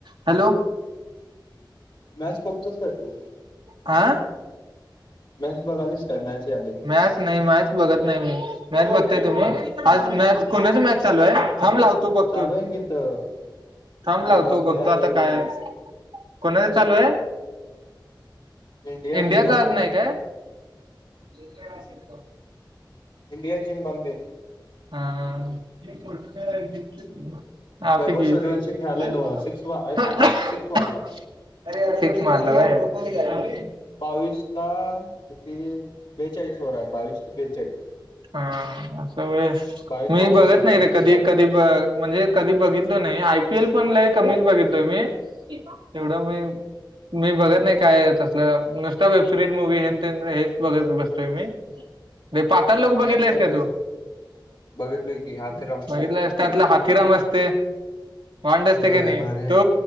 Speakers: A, on the right; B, on the left.
A: Hello.
B: Match बघतोच काय तू.
A: आं.
B: मॅच बघालीच का मॅच आलेली.
A: मॅच नाही मॅच बघत नाही मी. मॅच बघताय तुम्ही आज मॅच कोणाची मॅच चालू आहे थांब लावतो. तू बघतो
B: चालू आहे की इथं
A: थांब लावतो.
B: झिम्बाब्वे
A: बघतो
B: आणि
A: आता काय.
B: इंडिया
A: कोणाच चालू आहे.
B: इंडिया
A: इंडियाच
B: झिम्बाब्वे
A: आज नाही काय. <inaudible>
B: इंडिया झिमबॉबे.
A: हा. <unintelligible>
B: वैभव
A: येते.
B: सूर्यवंशी खेळाला
A: <unintelligible>
B: नव्ह सिक्स सिक्स मारला
A: सीक्स मारल व्हयं.
B: बावीस ला किती बेचाळीस वर आहे बावीस ते बेचाळीस.
A: हा असं व्हय
B: बावीस
A: मी
B: बॉलला
A: बघत
B: बेचाळीस
A: नाही रे
B: रन
A: कधी
B: काढले
A: कधी. म्हणजे कधी बघितलो नाही. आयपीएल पण लय कमीच बघितलोय मी. एवढं मी. मी बघत नाही. काय तसलं नुसता वेबसिरीज मुवी हेन ते हेच बघत बसतोय मी. ते पातळ लोक
B: नाही
A: बघितलास
B: मॅच बघायच
A: का तू
B: बघितलय की हाथेरामच
A: बघितलायस. त्यातला हाथीराम असते. वांड असते
B: होय
A: कणी
B: भारी आहे
A: तो